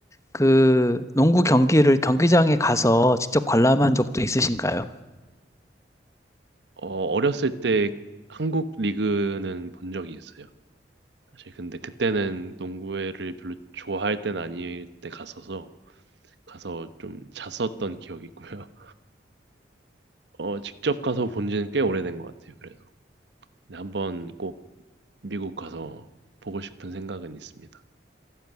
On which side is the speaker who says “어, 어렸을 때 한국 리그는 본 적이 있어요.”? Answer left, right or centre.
Right